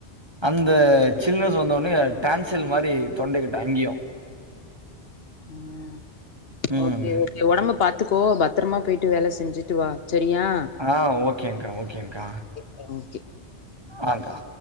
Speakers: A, on the right; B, on the left.
A: அந்த சில்னஸ் வந்தோனே டான்சல் மாரி தொண்ட கிட்ட அங்கியு
B: ம்
A: ம்.
B: ஓகே ஓகே ஒடம்ப பா த்துக்கோ பத்தரமா போய்ட்டு வேல செஞ்சுட்டு வா செரியா
A: ஆ ஓகேங்க்கா ஓகேங்க்கா
B: சரி ஓகே
A: ஆ கா